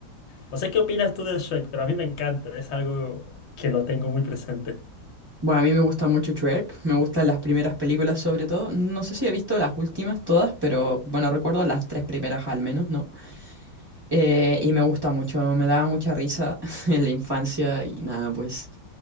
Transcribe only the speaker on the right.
Bueno, a mí me gusta mucho Shrek, me gustan las primeras películas sobre todo. No sé si he visto las últimas todas, pero bueno, recuerdo las tres primeras al menos, ¿no? Eh, y me gusta mucho, me daba mucha risa <laughs> en la infancia y nada, pues,